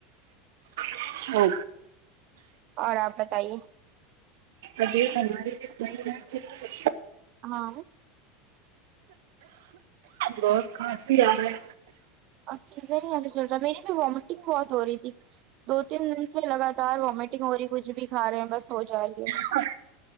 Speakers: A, on the right; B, on the right.
A: اچھا
B: اور آپ بتائیے
A: ابھی الماری کسی میں میل کے کا روں
B: ہاں
A: بہت خاصی آ رہا ہے
B: ا چیزیں نہیں چل رہ میری بہت ہو رہی تھی دو تین دن سے لگاتار وامٹنگ ہو رہی تھی کچھ بھی کھا رہے ہیں بس ہو جا رہی ہے
A: ہاں